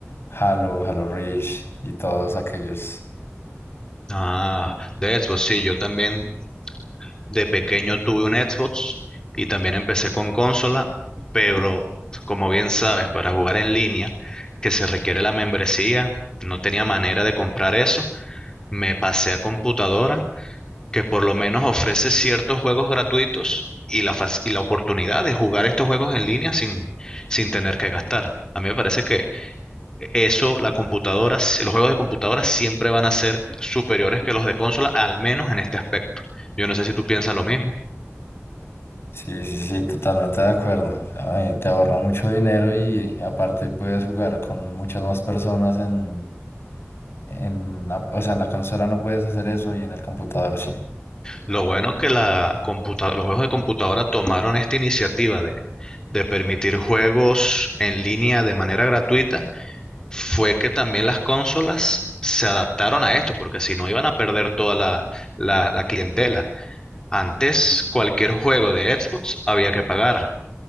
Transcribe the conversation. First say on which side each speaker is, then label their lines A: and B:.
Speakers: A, on the left (about 55°); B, on the left (about 15°).
A: Halo, Halo Reach y todos aquellos.
B: Ah, de Xbox, sí, yo también De pequeño tuve un Xbox y también empecé con consola, pero como bien sabes, para jugar en línea, que se requiere la membresía, no tenía manera de comprar eso. Me pasé a computadora, que por lo menos ofrece ciertos juegos gratuitos y la, fac- y la oportunidad de jugar estos juegos en línea sin, sin tener que gastar. A mí me parece que eso, la computadora, si- los juegos de computadora siempre van a ser superiores que los de consola, al menos en este aspecto. Yo no sé si tú piensas lo mismo.
A: Sí, sí, sí, totalmente de acuerdo. Ay, te ahorra mucho dinero y aparte puedes jugar con muchas más personas en, en la- o sea, en la consola no puedes hacer eso y en el computador sí.
B: Lo bueno que la computa- los juegos de computadora tomaron esta iniciativa de, de permitir juegos en línea de manera gratuita fue que también las consolas se adaptaron a esto, porque si no iban a perder toda la, la- la clientela. Antes, cualquier juego de Xbox había que pagar